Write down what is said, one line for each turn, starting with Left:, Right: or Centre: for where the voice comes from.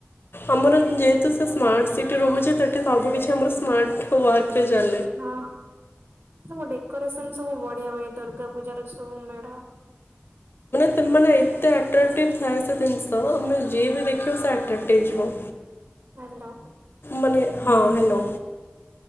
Left: ଆମର ଯେହେତୁ
Right: ହୁଁ
Left: ସେ ସ୍ମାର୍ଟ ସିଟି। ରହୁଛେ ସେଠି ସବୁ କିଛି ଆମର ସ୍ମାର୍ଟ ୱାର୍କ ରେ ଚାଲେ।
Right: ହଁ ସବୁ ଡେକୋରେସନ ସବୁ ବଢିଆ ହୁଏ। ଦୁର୍ଗାପୂଜା ର ସବୁ ମେଢ।
Left: ତମାନେ ଏତେ ଆଟ୍ରାକ୍ଟିଭ ଥାଏ ସେ ଜିନିଷ। ଆମେ ଯିଏ ବି ଦେଖିବ ସେ ଆ ଟେଟେଇ ଯିବ
Right: ଭଲ।
Left: ମାନେ ହଁ ହେଲୋ।